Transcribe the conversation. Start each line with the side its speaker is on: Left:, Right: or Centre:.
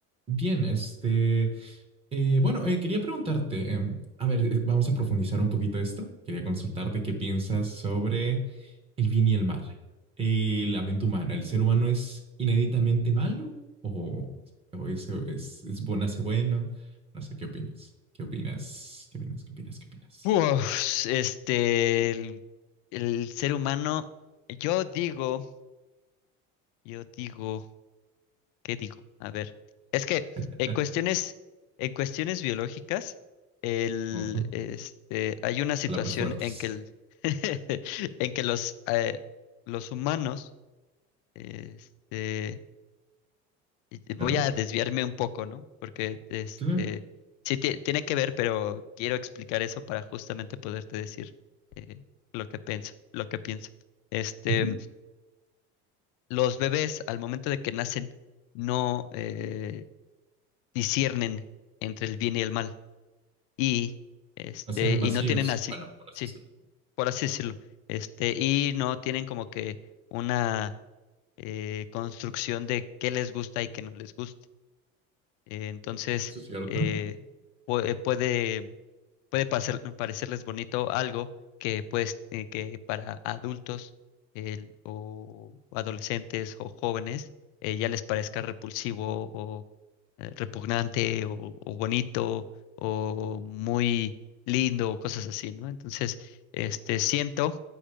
Right: Bien, este, eh, bueno, eh, quería preguntarte, em, a ver, eh, vamos a profundizar un poquito esto. Quería consultarte qué piensas sobre el bien y el mal, Eh, la mente humana. ¿El ser humano es inéditamente malo o, o es, es, es bueno, hace bueno? No sé, ¿qué opinas? ¿Qué opinas? ¿Qué opinas? ¿Qué opinas? ¿Qué opinas?
Left: Pues, este, el, el ser humano, yo digo, yo digo, ¿qué digo? A ver, es que
Right: <laughs>
Left: en cuestiones, en cuestiones biológicas, el,
Right: Ojo,
Left: este, hay una situación
Right: palabras fuertes.
Left: en que el, <laughs> en que los, eh, los humanos, este, eh,
Right: Claro,
Left: voy a desviarme un poco, ¿no? Porque este
Right: claro.
Left: sí tie- tiene que ver, pero quiero explicar eso para justamente poderte decir eh, lo que pienso, lo que pienso. Este,
Right: Ujú.
Left: los bebés al momento de que nacen no eh, disciernen entre el bien y el mal y este
Right: Nacen vacíos.
Left: y no tienen así,
Right: Bueno, por así
Left: sí,
Right: decirlo.
Left: por así decirlo, este y no tienen como que una eh, construcción de qué les gusta y qué no les gusta Eh, entonces,
Right: Eso es cierto.
Left: eh, pu- eh, puede, puede pasar- parecerles bonito algo que, pues, eh, que para adultos el- o adolescentes o jóvenes eh, ya les parezca repulsivo o eh, repugnante o, o bonito o muy lindo o cosas así, ¿no? Entonces, este, siento